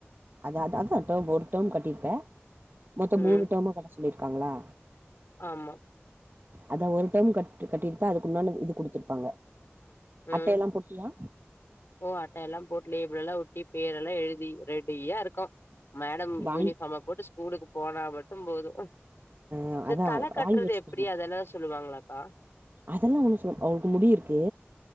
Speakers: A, on the right; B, on the left.
A: அத அதா அதுதா இப்ப ஒரு டேம் கட்டிருப்ப மொத்தோ
B: ம்
A: மூணு டேமு கட்ட சொ ல்லிருக்காங்களா
B: ஆமா
A: அதா ஒரு டேம் க கட்டிருப்ப அதுக்கு உண்டான இது குடுத்திருப்பாங்க
B: ம்
A: அட்டையெல்லாம் போட் டியா
B: ஓ அட்ட எல்லாம் போட்டு லேபிள் எல்லா ஒட்டி பேரெல்லா எழுதி ரெடியா இருக்கு மேடம்
A: வாங்கி
B: யூனிஃபாம போட்டு ஸ்கூலுக்கு போனா மட்டும் போது
A: ஆ
B: இந்த
A: அதா
B: தல கட்றது
A: வாங்கி வச்சுக்கோங்க
B: எப்படி அதெல்லா சொல்லுவாங்களாக்கா
A: அதெல்லா ஒண்ணு சொ அவளுக்கு முடி இருக்கு